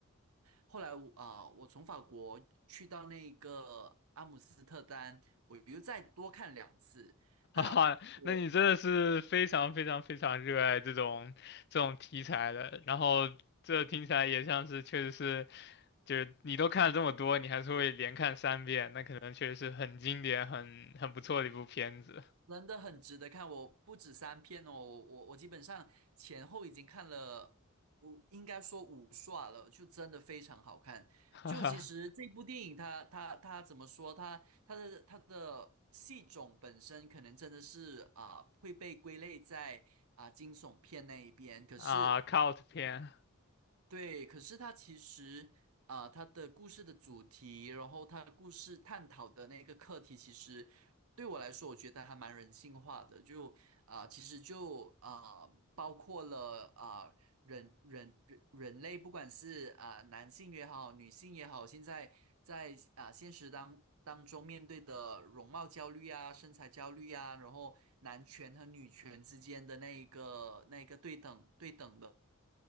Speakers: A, on the right (about 85°); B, on the left (about 50°).
A: 后来我啊、我从法国去到那个阿姆斯特丹，我又再多看两次。
B: 哈哈，
A: 那我
B: 那你真的是非常非常非常热爱这种这种题材的，然后这听起来也像是确实是就是你都看了这么多，你还是会连看三遍，那可能确实是很经典、很很不错的一部片子，
A: 真的很值得看，我不止三篇哦，我我我基本上前后已经看了，我应该说五刷了，就真的非常好看。
B: <laughs> 哈哈
A: 就其实这部电影它，它它怎么说？它它的它的戏种本身可能真的是啊、会被归类在啊、惊悚片那一边，可是。
B: 啊，cult 片。
A: 对，可是它其实啊、它的故事的主题，然后它故事探讨的那个课题，其实对我来说，我觉得还蛮人性化的。就啊、其实就啊、包括了啊、人人人人类，不管是啊、男性也好，女性也好，现在在啊、现实当当中面对的容貌焦虑啊、身材焦虑啊，然后男权和女权之间的那一个那一个对等对等的。